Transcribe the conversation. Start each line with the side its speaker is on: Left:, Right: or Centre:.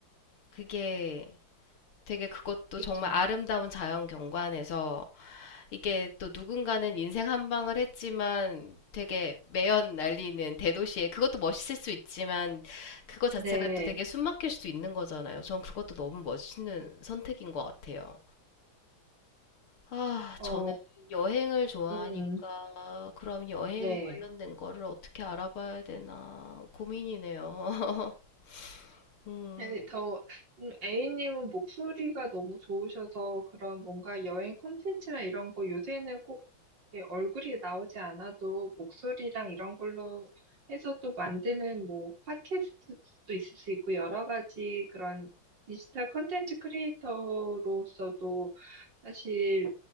Left: 그게 되게 그것도
Right: 그쵸.
Left: 정말 아름다운 자연 경관에서 이게 또 누군가는 인생 한 방을 했지만 되게 매연 날리는 대도시에 그것도 멋있을 수 있지만 그거 자체가
Right: 네,
Left: 또 되게 숨막힐 수도 있는 거잖아요. 전 그것도 너무 멋있는 선택인 것 같아요. 아,
Right: 어,
Left: 저는 여행을 좋아하니까
Right: 음,
Left: 그럼 여행
Right: 네.
Left: 관련된 거를 어떻게 알아봐야 되나 고민이네요. <laughs> 음.
Right: 아니, 더, 음, A님은 목소리가 너무 좋으셔서 그런 뭔가 여행 콘텐츠나 이런 거 요새는 꼭 이렇게 얼굴이 나오지 않아도 목소리랑 이런 걸로 해서 또 만드는 뭐 팟캐스트도 있을 수 있고 여러 가지 그런 디지털 콘텐츠 크리에이터로서도 사실